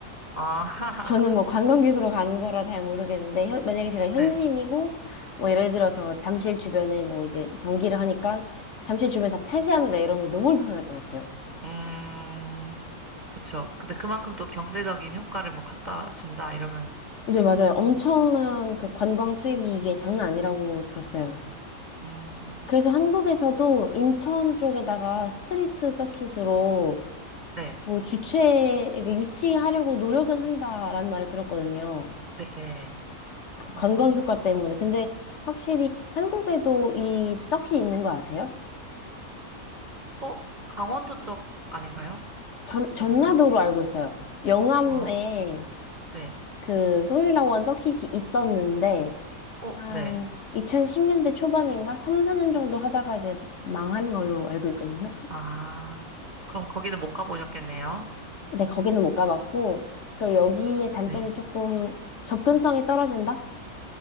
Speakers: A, on the right; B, on the left.
A: 아, <laughs>
B: 저는 뭐 관광객으로 간 거라 잘 모르겠는데 현- 만약에 제가 현지인이고
A: 네.
B: 뭐 예를 들어서 잠실 주변에 뭐 이제 경기를 하니까 잠실 주변 다 폐쇄합니다 이러면 너무 불편할 것 같아요.
A: 음, 그쵸. 근데 그만큼 또 경제적인 효과를 뭐 갖다 준다 이러면
B: 네, 맞아요. 엄청난
A: 또,
B: 그 관광 수입이 이게 장난 아니라고 들었어요.
A: 음,
B: 그래서 한국에서도 인천 쪽에다가 스트리트 서킷으로
A: 네,
B: 뭐 주최, 그러니까 유치하려고 노력은 한다라는 말을 들었거든요.
A: 네.
B: 그 관광
A: 음.
B: 효과 때문에. 근데 확실히 한국에도 이 서킷 있는 거 아세요?
A: 어, 강원도 쪽 아닌가요?
B: 전, 전라도로
A: 아닌가?
B: 알고 있어요. 영암에
A: 어, 네.
B: 그 포뮬라 원 서킷이 있었는데
A: 어,
B: 한
A: 네.
B: 2010년대 초반인가 3, 4년 정도 하다가 이제 망한 걸로 알고 있거든요.
A: 아, 그럼 거기는 못 가보셨겠네요.
B: 근데 거기는 못 가봤고, 그리고 여기의 단점이
A: 네.
B: 조금 접근성이 떨어진다?